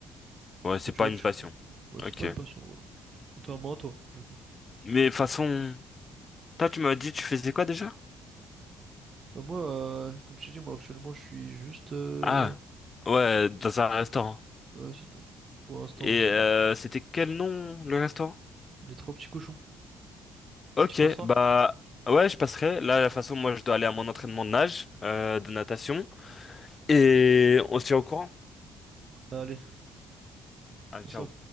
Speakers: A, on the left (about 40°); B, on the right (about 45°).
A: Ouais, c'est
B: Mais tu
A: pas
B: vois,
A: une
B: tu-
A: passion.
B: ouais, c'est
A: Ok.
B: pas une passion, voilà. Contrairement à toi, du coup.
A: Mais de toute façon, toi tu m'as dit tu faisais quoi déjà?
B: Bah moi, euh, comme je t'ai dit, moi, actuellement, je suis juste... euh,
A: Ah, ouais, dans un restaurant.
B: ouais, c'est tout, pour l'instant,
A: Et
B: mais
A: euh, c'était quel nom le restaurant?
B: les trois petits cochons.
A: Ok,
B: Tu passeras?
A: bah ouais, je passerai. Là, de toute façon, moi, je dois aller à mon entraînement de nage, euh, de natation. Et on se tient au courant.
B: Bah, Allez,
A: Allez,
B: on fait
A: ciao.
B: ça.